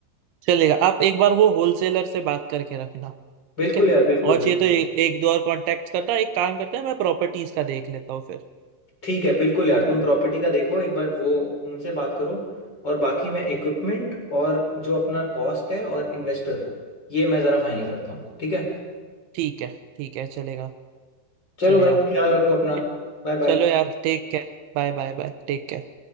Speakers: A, on the right; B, on the left.
A: चलेगा आप एक बार वो होलसेलर से बात करके रखना
B: बिल्कुल
A: ठीक है
B: यार बिल्कुल
A: और
B: बिल्कुल
A: चाहिए तो ए, एक दो और कांटेक्ट करना एक काम करते हैं मैं प्रॉपर्टीज का देख लेता हूँ फिर
B: ठीक है बिल्कुल यार तुम प्रॉपर्टी का देखो एक बार वो उनसे बात करो और बाकी मैं इक्विपमेंट और जो अपना कॉस्ट है और इन्वेस्टर ये मैं ज़रा फाइनल करता हूँ ठीक है
A: ठीक है ठीक है चलेगा
B: चलो
A: चलेगा
B: भाई ख्याल रखो अपना
A: ठीक है
B: Bye bye
A: चलो यार take care Bye bye bye take care